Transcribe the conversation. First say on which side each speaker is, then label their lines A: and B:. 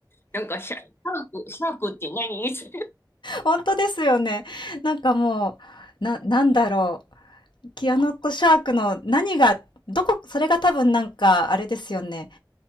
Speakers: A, on the left (about 30°); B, on the left (about 80°).
A: なんかシャ、シャーク、シャークって何です <laughs>
B: ほんとですよね。なんかもう、ななんだろう。キアノットシャークの何が、どこ、それが多分なんか、あれですよね。